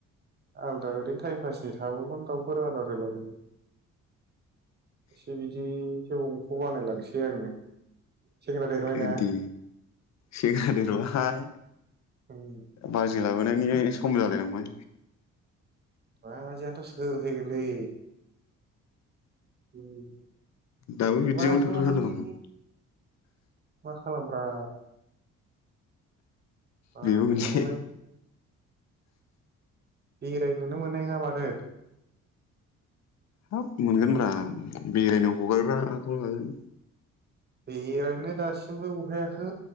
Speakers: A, on the right; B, on the left.
A: आलादा ओरैनो टाइम पासनि थाबावगोन दाउफोर आदर होलाबायनो एसे बिदिसो अंक बानायलांसै आङो। सेंग्रा देरबायना
B: बिदि सेंग्रा देरबाय।
A: उम
B: बाजै लाबोनायनि सम जालायलांबाय।
A: राजायानोथ' सोर होगोनलै। उम
B: दाबो बिदियावनो
A: बाजैखौ
B: थाबथाना
A: लानानै
B: दं
A: मा खालामब्रा। बाजैया
B: बेबो मोनसे
A: मालाय बेरायहैनोनो मोननाय नङा माथो।
B: हाब मोनगोन
A: ओ
B: ब्रा बेरायनायाव हगारग्राखौ लागोन।
A: बेरायनो दासिमबो अहायाखै